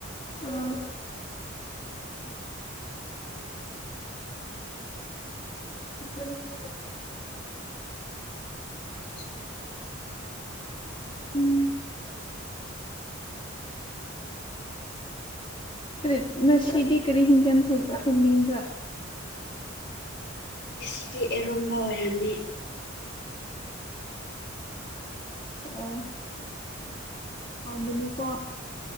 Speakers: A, on the left (about 25°); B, on the left (about 55°).
A: ꯑꯥ <unintelligible>
B: <inaudible>
A: <unintelligible> ꯀꯔꯤꯠ ꯅꯁꯤꯗꯤ ꯀꯔꯤ ꯍꯤꯡꯖꯥꯡ ꯊꯨꯝ ꯊꯨꯝꯃꯤꯡꯕ꯭ꯔꯥ
B: ꯉꯁꯤꯗꯤ ꯑꯦꯔꯨꯝꯕ ꯑꯣꯏꯔꯝꯅꯤ
A: ꯑꯣ ꯍꯥꯎꯕꯅꯤ ꯀꯣ